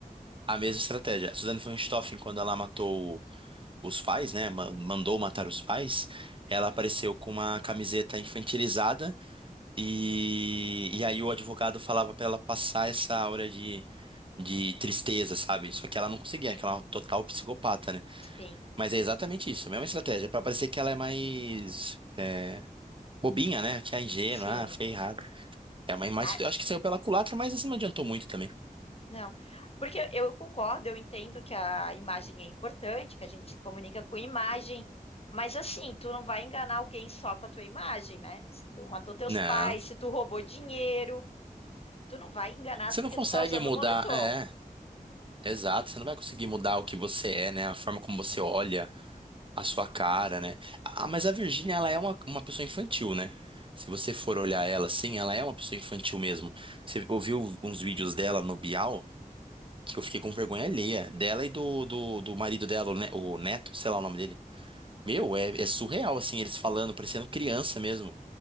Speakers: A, on the right; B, on the left.
A: A mesma estratégia. A Suzane von Richthofen, quando ela matou os pais, né, ma- mandou matar os pais, ela apareceu com uma camiseta infantilizada E, e aí o advogado falava pra ela passar essa aura de, de tristeza, sabe? Só que ela não conseguia, que ela é uma total psicopata, né?
B: Sim,
A: Mas é exatamente isso, a mesma estratégia, pra parecer que ela é mais é, bobinha, né? Que é ingênua,
B: sim.
A: ah, foi errado. É, mas, mas
B: Ah,
A: eu acho que saiu pela culatra, mas isso não adiantou muito também.
B: não. Porque eu concordo, eu entendo que a imagem é importante, que a gente se comunica com imagem, mas assim, tu não vai enganar alguém só com a tua imagem, né? Se tu matou teus
A: Não,
B: pais, se tu roubou dinheiro, tu não vai enganar
A: você
B: porque
A: não consegue
B: tu tá usando
A: mudar,
B: moletom.
A: é, exato, você não vai conseguir mudar o que você é, né? A forma como você olha. a sua cara, né? Ah, mas a Virgínia, ela é uma, uma pessoa infantil, né? Se você for olhar ela assim, ela é uma pessoa infantil mesmo. Você ouviu uns vídeos dela no Bial, que eu fiquei com vergonha alheia, dela e do, do, do marido dela, o Ne- o Neto, sei lá o nome dele. Meu, é, é surreal, assim, eles falando, parecendo criança mesmo.